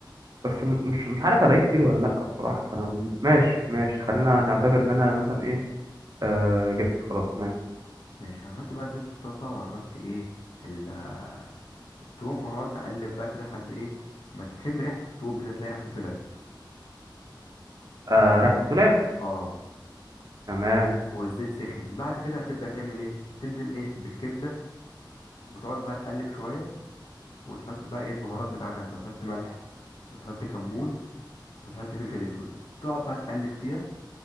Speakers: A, on the right (about 50°); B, on the left (about 70°).
A: بس م- مش مش عارف الاقيه كتير ولا لا بصراحه فانا م- ماشي ماشي خلينا نعتبر ان انا مثلا ايه آه جبت خلاص تمام
B: ماشي هنحط بقى الزيت في الطاسه وهنحط ايه ال... آه، التوم وهنقعد نقلب بقى كده لحد ايه ما تشم ريحه التوم كده تلاقي ريحته طلعت
A: آه رحت طلعت
B: اه
A: تمام
B: والزيت سخن بعد كده هتبدأ تعمل ايه تنزل ايه بالكبدة وتقعد بقى تقلب شوية وتحط بقى ايه البهارات بتاعتك بقى تحط ملح وتحط كمون وتحط فلفل اسود وتقعد بقى تقلب فيها